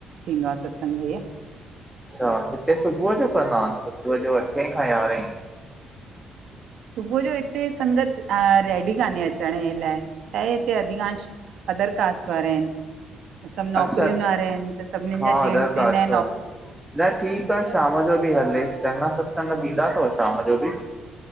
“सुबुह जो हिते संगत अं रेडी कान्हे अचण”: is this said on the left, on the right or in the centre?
Right